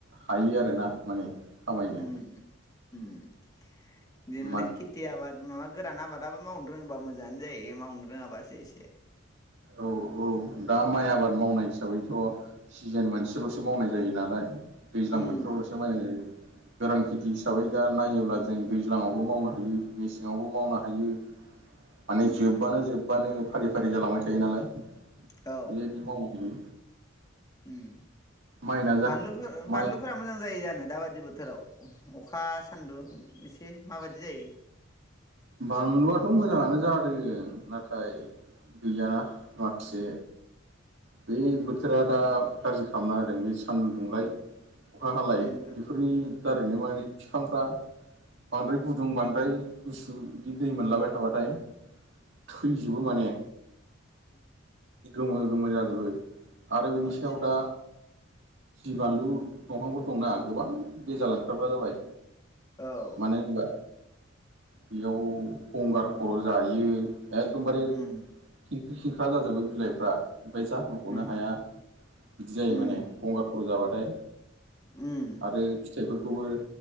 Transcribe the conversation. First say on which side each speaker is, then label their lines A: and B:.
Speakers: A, on the right; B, on the left.
A: हायो आरोना माने खामायनो
B: उम उम उम इदिनलै
A: मान
B: केथिआबाद माबा गोरान आबादाबो मावनो रोङोबा मोजाङानो जायो मावनो रोङाबासो एसे
A: औ औ दा माइ आबाद मावनाय हिसाबै बेथ' सिजोन मोनसेल'सो मावनाय जायो नालाय दैज्लां
B: उम
A: बोथोरावल'सो मावनायनाय जायो गोरान
B: उम
A: खेथि हिसाबै दा नायोब्ला जों दैज्लांङावबो मावनो हायो मेसेङावबो मावनो हायो माने
B: उम
A: जोब्बानो जोब बानो फारि फारि जालांबाय थायो नालाय बेबायदि
B: औ
A: मावनो
B: उम
A: माइना जा
B: बानलुफो
A: माइ
B: बानलुफोरा मोजां जायो जानो दाबादि बोथोराव अखा सान्दुं एसे माबायदि जायो
A: बानलुआथ मोजाङानो जादों नाथाय गैयाना मा खासे बे बोथोरा दा गाज्रि खालामना होदों बे सान्दुं दुंलाय अखा हालाय
B: बेनोथ'
A: बेफोरनि दारैनो माने बिफांफ्रा बांद्राय गुदुं बांद्राय गुसु बिदि दै मोनलाबाय थाबाथाय थैजोबो माने गोमो गोमो जा जोबो आरो बिनि
B: आदसा
A: सायाव दा जि बानलु दंफांफोर दंना गोबां बेजाला हाबबा जाबाय
B: औ
A: मानो होनबा बेयाव गंगार खर' जायो एखदमबारे खिंख्रि
B: उम
A: खिंख्रि ख्रा जाजोबो बिलाइफ्रा ओमफफ्राय जाखांखनो
B: उम
A: हाया बिदि जायो
B: उम
A: माने गंगार खर जाबा थाय
B: उम
A: आरो फिथाइफोरखौबो